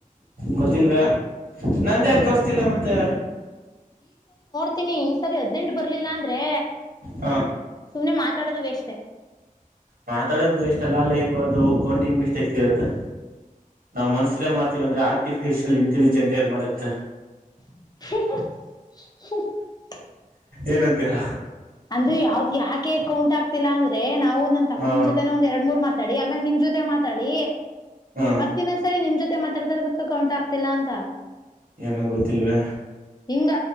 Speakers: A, on the right (about 80°); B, on the left (about 30°).
A: ಗೊತ್ತಿಲ್ವೇ ನಂದ ಯಕೆ ತೋರಿಸ್ತಿಲ್ಲ ಮತ್ತೆ
B: ಹತೀನಿ ಈ ಸರಿ ಹದ್ನೆಂಟು ಬರ್ಲಿಲ್ಲಾ ಅಂದ್ರೆ
A: ಹಾ
B: ಸುಮ್ನೆ ಮಾತಾಡೋದು ವೇಸ್ಟ್
A: ಮಾತಾಡೋದು ಎಷ್ಟಲ್ಲಲ್ಲೈಕು ಅದು ಕೌಂಟಿಂಗ್ ಮಿಸ್ಟೇಕ್ಸ್ ಇರುತ್ತಾ ನಾವ್ ಮನುಸರ ಮಾಡ್ತೀವ ಅಂದ್ರೆ ಆರ್ಟಿಫಿಶಿಯಲ್ ಇಂಟೆಲಿಜೆಂಟ್ ಏ ಮಾಡುತ್ತೆ
B: ಹ್ಮ್ಮ್.
A: ಏನಂತೀರಾ
B: ಅಂದ್ರೂ ಯಾವತ್ ಯಾಕೆ ಕೌಂಟ್ ಆಗ್ತಿಲ್ಲಾ ಅಂದ್ರೆ ನಾವು ನನ್ ತಮ್ಮನ
A: ಹ
B: ಜೊತೆ ಒಂದ್ ಎರಡ್ ಮೂರ್ ಮಾತಾಡಿ ಆಮೇಲೆ ನಿಮ್ ಜೊತೆ ಮಾತಾಡಿ
A: ಹ
B: ಮತ್ತನ್ನೊಂದ್ಸರಿ ನಿಮ್ ಜೊತೆ ಮಾತಾಡ್ತದ ಕೌಂಟ್ ಆಗ್ತಿಲ್ಲ ಅಂತ
A: ಏನೋ ಗೊತ್ತಿಲ್ವೇ
B: ಹಿಂಗ